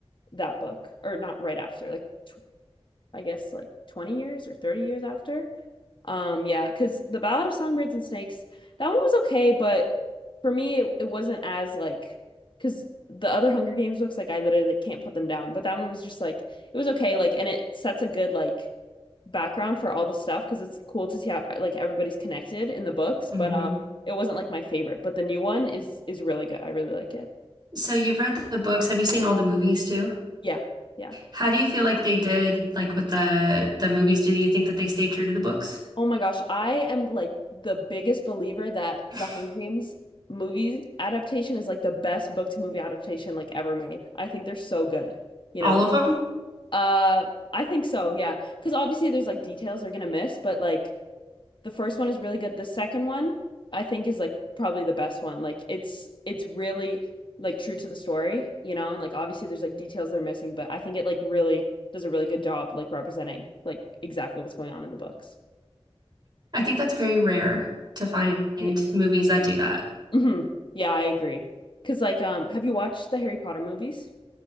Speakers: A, on the left; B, on the right.
A: that book, or not right after, like tw- I guess like twenty years or thirty years after. Um, yeah, because The Ballad of Songbirds and Snakes, that one was okay, but for me, it, it wasn't as like, because the other Hunger Games books, like I literally like, can't put them down, but that one was just like it was okay, like, and it sets a good like background for all the stuff because it's cool to see how like everybody's connected in the books,
B: hmm
A: but um, it wasn't like my favorite, but the new one is is really good. I really like it.
B: So you've read the books. Have you seen all the movies too?
A: Yeah, yeah.
B: How do you feel like they did, like with the the movies? Do you think that they stayed true to the books?
A: Oh my gosh, I am like the biggest believer that
B: <laughs>
A: the Hunger Games movie adaptation is like the best book to movie adaptation like ever made. I think they're so good, you
B: All
A: know?
B: of them?
A: Uh, I think so, yeah. Because obviously there's like details they're gonna miss, but like the first one is really good. The second one I think is like probably the best one. Like it's it's really like true to the story, you know? And like obviously there's like details they're missing, but I think it like really does a really good job like representing like exactly what's going on in the books.
B: I think that's very rare to find
A: Like,
B: movies that do that.
A: hmm Yeah, I agree. Because like um have you watched the Harry Potter movies?